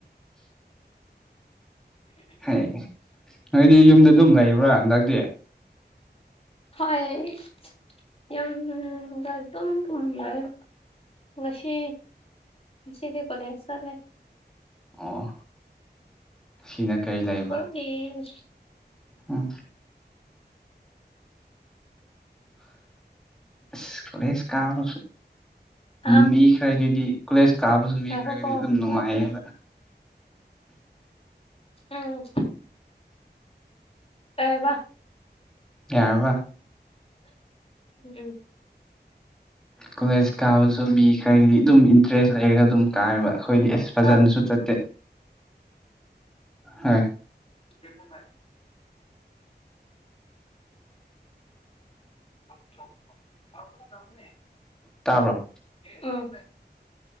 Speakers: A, in the centre; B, on the left (about 35°).
A: ꯍꯩ ꯅꯣꯏꯗꯤ ꯌꯨꯝꯗ ꯑꯗꯨꯝ ꯂꯩꯕ꯭ꯔꯥ ꯍꯟꯗꯛꯇꯤ
B: ꯍꯣꯏ ꯌꯨꯝꯗ ꯑꯗꯨꯝ ꯂꯩꯔꯦ ꯉꯁꯤ ꯉꯁꯤꯗꯤ ꯀꯣꯂꯦꯖ ꯆꯠꯂꯦ
A: ꯑꯣ ꯑꯁꯤꯅ ꯀꯔꯤ ꯂꯩꯕ
B: ꯑꯦ
A: ꯎꯝ ꯑꯁ ꯀꯣꯂꯦꯁ ꯀꯥꯕ
B: ꯑ
A: ꯃꯤ ꯈꯔꯒꯤꯗꯤ ꯀꯣꯂꯦꯖ ꯀꯥꯕꯁꯨ ꯃꯤꯈ꯭ꯔꯒꯤꯗꯤ
B: ꯉꯥꯏꯈꯣꯀꯣ
A: ꯑꯗꯨꯝ ꯅꯨꯡꯉꯥꯏꯌꯦꯕ
B: ꯋꯦꯠ ꯋꯦꯠ ꯎꯝ ꯀꯩꯕ
A: ꯌꯔꯕꯥ
B: ꯑꯗꯨ
A: ꯀꯣꯂꯦꯖ ꯀꯥꯕꯁꯨ ꯃꯤ ꯈꯔꯒꯤꯗꯤ ꯑꯗꯨꯝ ꯏꯟꯇꯔꯦꯁ ꯂꯩꯔꯒ ꯑꯗꯨꯝ ꯀꯥꯏꯔꯕ ꯑꯩꯈꯣꯏꯗꯤ ꯑꯁ ꯐꯖꯅꯁꯨ
B: ꯇꯥꯕ꯭ꯔꯣ
A: ꯆꯠꯇꯦ ꯍꯣꯏ
B: <inaudible> ꯅꯦ <unintelligible>
A: ꯇꯥꯕ꯭ꯔꯣ
B: ꯑꯥ